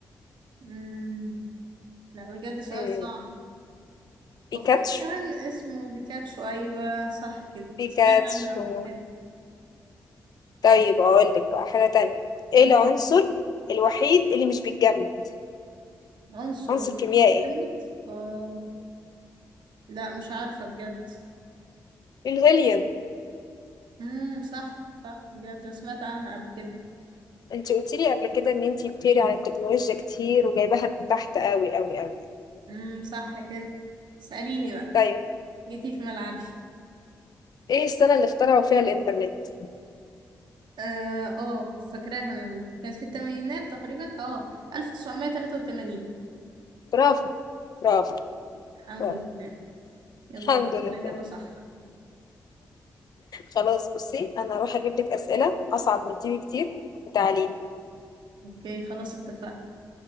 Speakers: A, on the right; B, on the left.
A: مم. لا بجد سؤال
B: مم،
A: صعب
B: بيكاتشو
A: وفي حيوان اسمه بيكاتشو أيوة صح كده
B: بيكاتشو
A: سمعت عنه قبل كده
B: طيب اقول لك بقى حاجة تانية ايه
A: مم.
B: العنصر الوحيد اللي مش بيتجمد
A: عنصر
B: عنصر
A: ومحدد
B: كيميائي
A: اه لا مش عارفة بجد
B: الهيليوم
A: امم صح صح بجد سمعت عنها قبل كده
B: انت قلت لي قبل كده ان انت بتقري عن التكنولوجيا كتير وجايباها من تحت قوي قوي قوي
A: امم صح كده اسأليني بقى
B: طيب
A: جيتي في ملعبي
B: ايه السنة اللي اخترعوا فيها الانترنت
A: اه آه، فاكراها انا كانت في الثمانينات تقريبا اه 1983
B: برافو برافو
A: الحمد
B: برافو
A: لله يلا
B: الحمد لله
A: الإجابة صح
B: خلاص بصي انا هروح اجيب لك اسئلة اصعب من دي بكتير وتعليم
A: اوكي خلاص اتفقنا